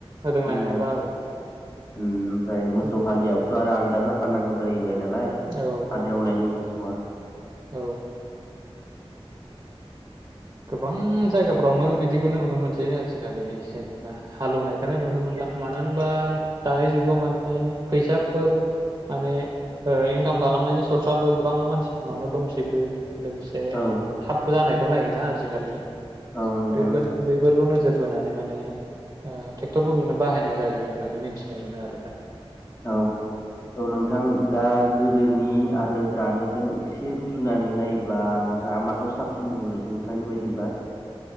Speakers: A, on the right (about 35°); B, on the left (about 35°).
A: रोंनाय
B: होनदो
A: नंला औ
B: ओम। दायो मोसौ
A: उम
B: हालियाबोथ' आरो आल दा जाखानांगौ जायो। फाय नालाय
A: औ
B: हाल
A: औ
B: हेवनायनि मोसौआ
A: औ। गोबां जायगाफ्रावनो बिदिखौनो नुनो मोनसै आजिखालि जेनेबा हालौवनायखौ नुनो मोनला मानो होनबा दानि जुगाव माने फैसाफोर माने ओ इनकाम खालामनायनि सर्साबो गोबां मानसिफोरनावनो दंसैबो। लोगोसे
B: औ
A: थाब जानाय औ नायो ना जिखालि
B: औ नोंथां
A: बेफोन बेफोरखौनो नोजोर बोनानै माने ओ ट्रेक्टरफोरजोंनो बाहायनाय जायो होननानै मिथिनो मोनो आरो दा
B: औ औ नोंथां दा गोदोनि आरो दानिजों एसे रुजुनानै नायोब्ला नोंथाङा माखौ साबसिन नुहुरो नोंथांनि बायदिब्ला